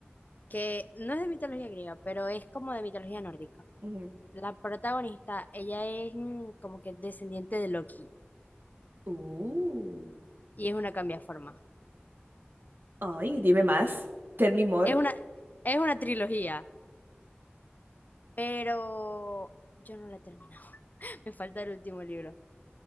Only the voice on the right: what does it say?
Ujú.
Uh,
ay, dime más. Tell me more.